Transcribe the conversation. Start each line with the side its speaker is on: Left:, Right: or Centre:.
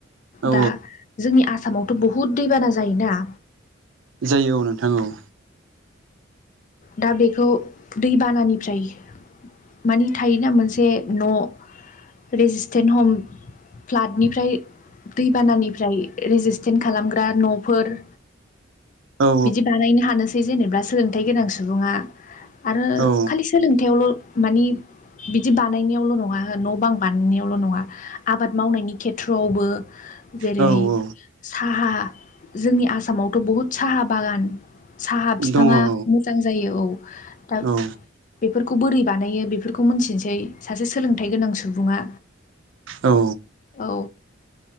Right: औ
Left: दा जोंनि आसामावथ' बहुद दैबाना जायोना
Right: जायो औ नोंथां औ
Left: दा बेखौ दैबानानिफ्राय मानि थायोना मोनसे न' रेजिस्टेन्ट हम फ्लादनिफ्राय दैबानानिफ्राय रेजिस्टेन खालामग्रा न'फोर
Right: औ
Left: बिदि बानायनो हानोसै जेनेबा सोलोंथाइ गोनां सुबुंङा आरो
Right: औ
Left: खालि सोलोंथायावल मानि बिदि बानायनायावल नंङा हो न'बां बानायनायावल नंङा आबाद मावनायनि खेथ्रआवबो जेरै
Right: औ औ
Left: साहा जोंनि आसामावथ बहुद साहा बागान साहा फिफांङा
Right: दङ औ
Left: मोजां जायो औ दा
Right: औ
Left: फोरखौ बोरै बानायो बेफोरखौ मिथिनोसै सासे सोलोंथाइ गोनां सुबुंङा
Right: औ
Left: औ